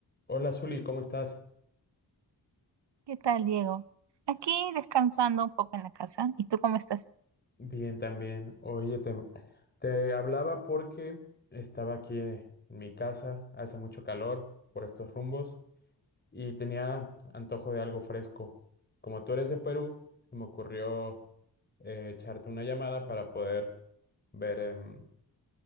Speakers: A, on the left; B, on the right.
A: Hola, Zuli, ¿cómo estás?
B: ¿Qué tal, Diego? Aquí descansando un poco en la casa. ¿Y tú cómo estás?
A: Bien, también. Oye, te, te hablaba porque estaba aquí en mi casa, hace mucho calor por estos rumbos y tenía antojo de algo fresco. Como tú eres de Perú, se me ocurrió eh, echarte una llamada para poder ver em,